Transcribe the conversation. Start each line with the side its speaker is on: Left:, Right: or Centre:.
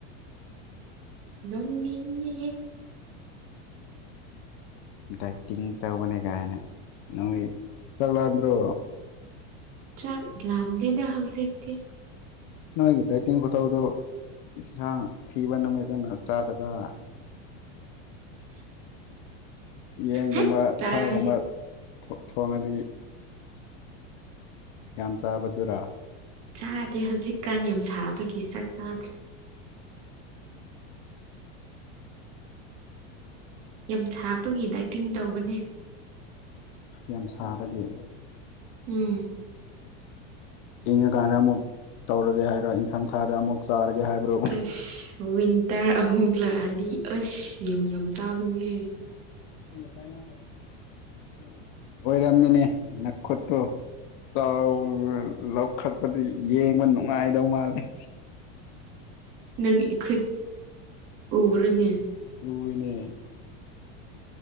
Right: ꯃꯤꯡꯅꯤꯍꯦ
Left: ꯗꯥꯏꯇꯤꯡ ꯇꯧꯕꯅꯦ ꯀꯥꯏꯅ ꯅꯣꯏ ꯆꯠꯂꯛꯗ꯭ꯔꯣ
Right: ꯆꯥꯛ ꯂꯝꯗꯦꯅ ꯍꯧꯖꯤꯖꯤꯛꯗꯤ
Left: ꯅꯣꯏꯒꯤ ꯗꯥꯇꯤꯡ ꯈꯨꯇꯥꯎꯗꯨ ꯏꯁꯥꯡ ꯊꯤꯕ ꯅꯨꯃꯤꯠ ꯐꯖꯅ ꯆꯥꯗꯕ ꯌꯦꯟꯒꯨꯝꯕ
Right: ꯍꯦ ꯆꯥꯏ
Left: ꯁꯥꯒꯨꯝꯕ ꯊꯣꯡꯉꯗꯤ ꯌꯥꯝ ꯆꯥꯕꯗꯨꯔ
Right: ꯆꯥꯗꯦ ꯍꯧꯖꯤꯛꯀꯥꯟ ꯌꯥꯝ ꯁꯥꯕꯒꯤ ꯆꯥꯛ ꯆꯥꯗ꯭ꯔꯦ ꯌꯥꯝ ꯁꯥꯞꯄꯒꯤ ꯗꯥꯏꯇꯤꯡ ꯇꯧꯕꯅꯦ
Left: ꯌꯁꯕꯒꯤ
Right: ꯎꯝ
Left: ꯏꯪꯉꯀꯥꯟꯗ ꯑꯃꯨꯛ ꯇꯧꯔꯒꯦ ꯍꯥꯏꯔꯣ ꯏꯪꯊꯝꯊꯥꯗ ꯑꯃꯨꯛ ꯆꯥꯔꯒꯦ ꯍꯥꯏꯕ꯭ꯔꯣ
Right: ꯑꯁ ꯋꯤꯟꯇꯔ ꯑꯃꯨꯛ ꯂꯥꯛꯑꯅꯤ ꯑꯁ ꯌꯥꯝ ꯌꯥꯝ ꯇꯥꯒꯅꯤꯍ
Left: ꯂ ꯆꯥꯏꯅ ꯀꯣ <unintelligible> ꯑꯣꯏꯔꯝꯅꯤꯅꯦ ꯅꯈ꯭ꯔꯇꯣ ꯆꯥꯎ ꯂꯧꯈꯠꯄꯗꯤ ꯌꯦꯡꯕ ꯅꯨꯡꯉꯥꯏꯗꯧ ꯃꯥꯜꯂꯤꯦ
Right: ꯅꯪ ꯏꯈ ꯎꯕ꯭ꯔꯅꯦ
Left: ꯇꯅꯦ